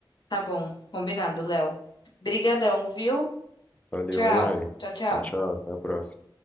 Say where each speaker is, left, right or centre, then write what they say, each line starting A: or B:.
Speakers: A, on the left (about 55°); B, on the left (about 15°).
A: Tá bom, combinado, Léo. Brigadão, viu?
B: Valeu,
A: Tchau,
B: hein, Ari?
A: tchau, tchau.
B: Tchau, tchau. Até a próxima.